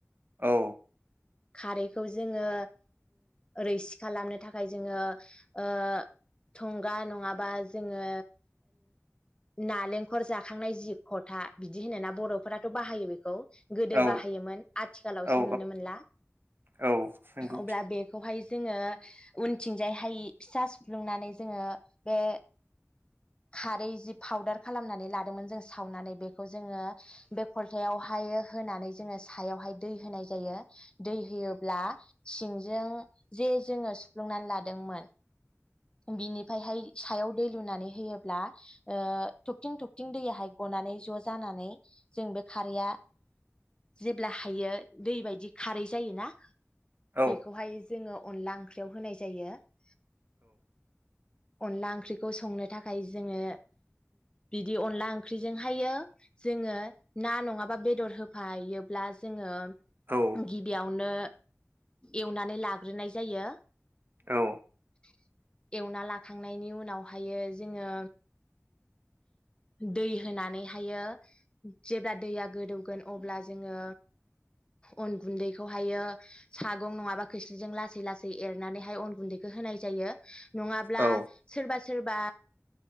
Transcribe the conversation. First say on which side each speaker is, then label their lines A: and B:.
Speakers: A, on the right; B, on the left.
A: औ
B: खारैखौ जोङो रैसि खालामनो थाखाय जोङो ओ थं खुगा नङाबा जोङो नालेंखर जाखांनाय जि खलथा बिदि होनोना बर'फोराथ' बाहायो बेखौ गोदो
A: औ
B: बाहायोमोन आथिखालावसो
A: औ
B: नुनो मोनला,
A: औ नंगौ
B: अब्ला बेखौहाय जोङो उनथिंजाय हाय फिसा सु्फलुंनानै जोङो बे खारै जि फाउदार खालामनानै लादोंमोन जों सावनानै बेखौ जोङो बे खलथायावहाय होनानै जोङो सायावहाय दै होनाय जायो । दै होयोब्ला सिंजों जे जोङो सुफ्लुंनानै लादोंमोन । बिनिफ्रायहाय सायाव दै लुनानै होयोब्ला ओ थबथिं थबथिं दैयाहाय गनानै ज' जानानै जों बे खारैया जेब्ला बायो दै बायदि बि खारै जायोना
A: औ
B: बेखौहाय जोङो अनला ओंख्रियाव होनाय जायो । अनला ओंख्रिखौ संनो थाखाय जोङो बिदि अनला ओंख्रिजोंहायो जोङो ना नङाबा बेदर होफायोब्ला जोङो
A: औ
B: गिबियावनो एवनानै लाग्रोनाय जायो ।
A: औ
B: <inaudible> एवना लाखांनायनि उनावहायो जोङो दै होनानैहायो जेब्ला दैया गोदौगोन अब्ला जोङो अन गुन्दैखौहायो सागं नङाबा खोस्लिजों लासै लासै एरनानैहाय अन गुन्दैखौ होनाय जायो । नङाब्ला
A: औ
B: सोरबा सोरबा